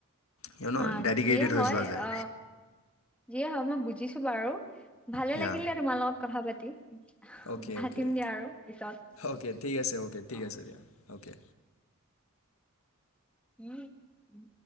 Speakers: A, on the left (about 75°); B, in the centre.
A: কিয়নো
B: আ,
A: ডেডিকেটেড
B: যিয়ে হয়
A: হৈ যোৱা যায়।
B: অ যিয়ে হয় মই বুজিছো বাৰু ভালে
A: সেয়া
B: লাগিল দ তোমাৰ লগত কথা পাতি।
A: অ'কে
B: ভাতিম
A: অ'কে
B: দিয়া আৰু পিছত।
A: অকে ঠিক আছে অকে ঠিক
B: অ।
A: আছে দিয়া। অকে।
B: উম উম।